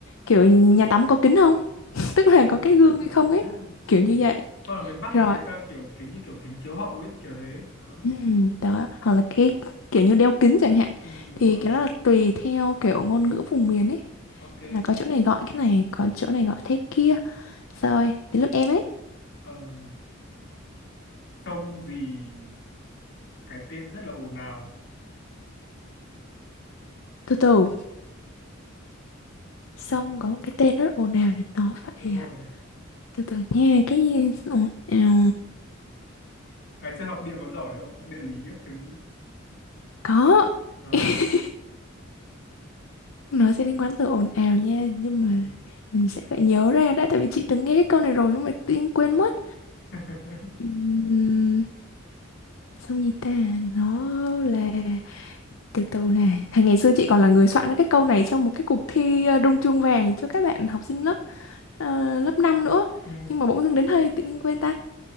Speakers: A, on the left (about 85°); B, on the left (about 65°).
A: kiểu nhà tắm có kính không <laughs>
B: ừ,
A: tức là
B: ừ.
A: có
B: <laughs>
A: cái gương hay không ấy kiểu
B: ừ.
A: như vậy
B: Còn ở miền Bắc
A: rồi
B: thì người ta kiểu kính như kiểu kính chiếu hậu ấy, kiểu thế. Đó.
A: Ừm, đó hoặc là cái kiểu như đeo kính chẳng hạn
B: Ừ, đúng
A: thì
B: rồi.
A: cái đó là tùy theo kiểu ngôn ngữ vùng miền ấy
B: Ok.
A: là có chỗ này gọi cái này có chỗ này gọi thế kia rồi đến lượt em ấy
B: Ờ, sông gì cái tên rất là ồn ào
A: từ từ xong
B: đúng rồi
A: có một cái tên rất ồn ào để nó phải
B: Đúng rồi.
A: từ từ nha cái gì Ồn ào.
B: ngày xưa học địa có giỏi không học địa lý các thứ
A: Có,
B: đó
A: <laughs> nó sẽ liên quan tới ồn ào nha, nhưng mà
B: ừ.
A: mình sẽ phải nhớ ra đã, tại vì chị từng nghe cái câu này rồi nhưng mà tự nhiên quên mất.
B: <laughs>
A: Uhm, xong gì ta, nó là từ từ nè. Thì ngày xưa chị còn là người soạn ra cái câu này trong một cái cuộc thi ờ, rung chuông vàng cho các bạn học sinh lớp ờ, lớp 5 nữa.
B: ừ.
A: Nhưng mà bỗng dưng đến hơi tự nhiên quên ta.